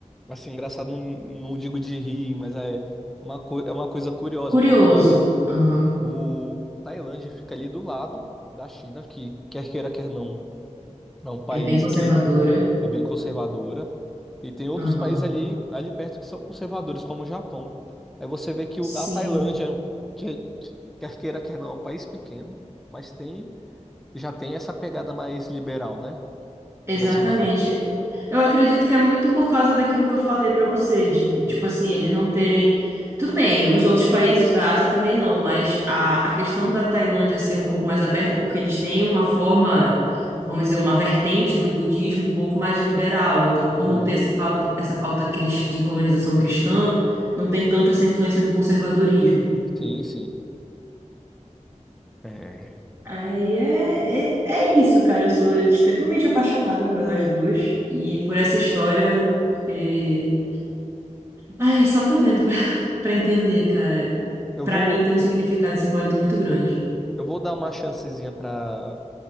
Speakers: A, in the centre; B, on the right.
A: assim, engraçado não, não digo de rir, mas é uma, co- é uma coisa curiosa,
B: Curioso.
A: porque, olha,
B: Uhum.
A: o Tailândia fica ali do lado da China, que quer queira, quer não. É um país
B: É bem conservadora.
A: que é bem conservadora e tem outros
B: Uhum.
A: países ali, ali perto que são conservadores, como o Japão. Aí você vê que o-
B: Sim.
A: a Tailândia, é um- que, quer queira, quer não, é um país pequeno, mas tem já tem essa pegada mais liberal, né?
B: Exatamente.
A: Por assim dizer.
B: Eu acredito que é muito por causa daquilo que eu falei pra você, de,
A: Sim,
B: tipo assim, eles não terem. Tudo bem, os outros países da Ásia também não, mas a, a questão da Tailândia ser um pouco mais aberta, é porque eles têm uma forma, vamos dizer, uma vertente do budismo um pouco mais liberal. Então, por
A: sim,
B: não ter esse pauta, essa pauta cris- de colonização cristã, não tem tanto essa influência do conservadorismo.
A: sim. sim. É,
B: Aí é, é, é isso, cara. Eu sou extremamente apaixonada por elas duas e por essa história, porque. Ai, só tô vendo pra, <laughs> pra entender, cara.
A: Eu
B: Pra
A: vou,
B: mim tem um significado simbólico muito grande.
A: eu vou dar uma chancezinha para